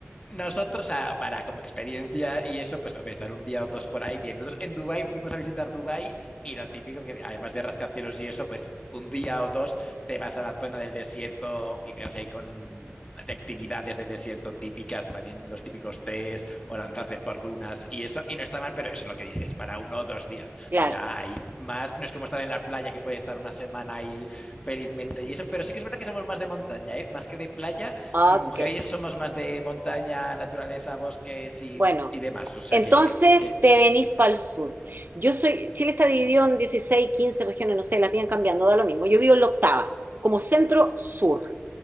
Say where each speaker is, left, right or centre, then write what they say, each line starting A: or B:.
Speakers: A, on the left; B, on the right.
A: Nosotros, o sea, para como experiencia y eso, pues hombre, estar un día o dos por ahí bien. Nosotros en Dubái fuimos a visitar Dubái y lo típico que además de rascacielos y eso, pues un día o dos te vas a la zona del desierto y te vas ahí con de actividades del desierto típicas, también los típicos tés o lanzarte por dunas y eso. Y no está mal, pero eso es lo que dices, para uno o dos días.
B: Claro.
A: O sea, ya hay más, no es como estar en la playa que puedes estar una semana ahí felizmente y eso, pero sí que es verdad que somos más de montaña, ¿eh? Más que de playa
B: Ok.
A: mi mujer y yo somos más de montaña, naturaleza, bosques y,
B: Bueno,
A: y demás. O sea
B: entonces
A: que, que-
B: te venís para el sur. Yo soy, Chile está dividido en 16 15 regiones, no sé, las tienen cambiando, da lo mismo. Yo vivo en la octava, como centro sur.